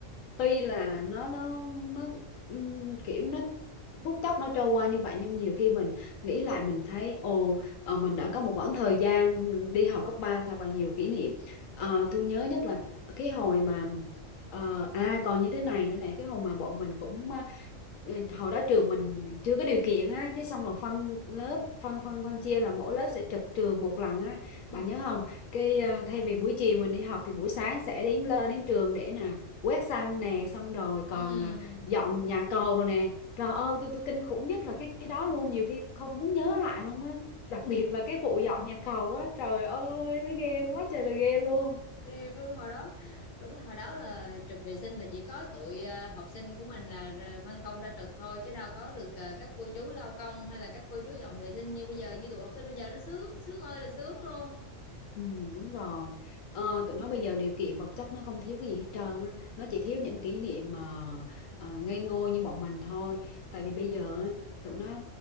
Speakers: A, on the left (about 80°); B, on the left (about 50°).
A: tuy là nó nó nó ừm, kiểu nó phút chốc nó trôi qua như vậy nhưng nhiều khi mình nghĩ lại mình thấy ồ ờ, mình đã có một khoảng thời gian đi học cấp 3 thật là nhiều kỷ niệm Ờ, tôi nhớ nhất là cái hồi mà ờ, à còn như thế này nữa nè cái hồi mà bọn mình cũng ờ, Ừ, hồi đó trường mình chưa có điều kiện á cái xong là phân lớp phân phân phân chia là mỗi lớp sẽ trực trường một lần á
B: ừ.
A: bà nhớ không cái à, thay vì buổi chiều mình đi học thì buổi sáng sẽ đến lơ đến trường để nè quét sân nè xong rồi còn
B: Ừ.
A: à, dọn nhà cầu rồi nè trời ơi tôi tôi kinh khủng nhất là cái cái đó luôn nhiều khi không muốn nhớ lại luôn á đặc biệt là cái vụ dọn nhà cầu á trời ơi nó ghê quá trời là ghê luôn
B: thì cứ hồi đó đúng là hồi đó là trực vệ sinh là chỉ có tụi ờ, học sinh của mình là r- phân công ra trực thôi chứ đâu có được ờ, các cô chú lau công hay là các cô chú dọn vệ sinh như bây giờ như tụi học sinh bây giờ nó sướng sướng ơi là sướng luôn
A: Ừ, đúng rồi ờ, tụi nó bây giờ điều kiện vật chất nó không thiếu cái gì hết trơn á. nó chỉ thiếu những kỷ niệm mà ờ, ngây ngô như bọn mình thôi tại vì bây giờ á, tụi nó